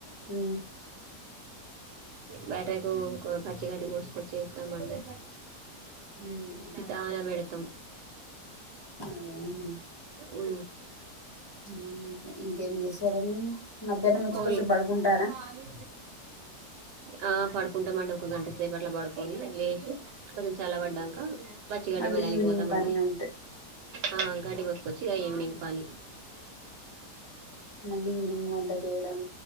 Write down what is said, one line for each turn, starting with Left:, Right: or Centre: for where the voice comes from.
Left: అ
Right: బయటకు పచ్చికడ్ పోసుకొచ్చ ఇస్తామండి
Left: హ్మ్.
Right: దాన పెడతాం
Left: అదే అన్నా.
Right: ఉ
Left: హ్మ్. ఇంకేం చేశారండి ఇగ? మధ్యాహ్నం వచ్చి
Right: కోయి
Left: కొంచెం పడుకుంటారా?
Right: చాలు అ ఆ పడుకుంటామండి ఒక గంట సేప అట్లా పడుకొని లేచి కొంచెం చాల పడ్డాక పచ్చి గడ్డి
Left: మళ్ళీ
Right: పోయడానికి
Left: ఈవినింగ్
Right: పోతామండి
Left: పని ఉంటే
Right: ఆ గడ్డికి వస్తచ్చు ఈవవినింగ్ పనీ
Left: మళ్ళీ ఈవినింగ్ వంట చేయడం